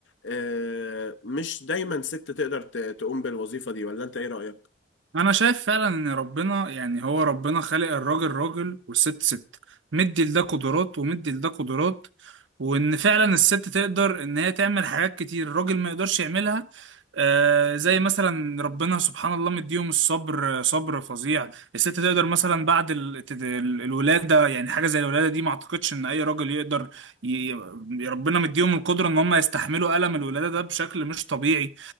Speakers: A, on the left; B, on the right.
A: آه، مش دايما ست تقدر ت- تقوم بالوظيفة دي ولا انت ايه رأيك؟
B: انا شايف فعلا ان ربنا يعني هو ربنا خالق الراجل راجل والست ست مدي لده قدرات ومدي لده قدرات وان فعلا الست تقدر ان هي تعمل حاجات كتير الراجل ما يقدرش يعملها آه زي مثلا ربنا سبحان الله مديهم الصبر آه، صبر فظيع الست تقدر مثلا بعد ال- ال- الولادة يعني حاجة زي الولادة دي ما اعتقدش ان اي راجل يقدر ي... ربنا مديهم القدرة ان هم يستحملوا ألم الولادة ده بشكل مش طبيعي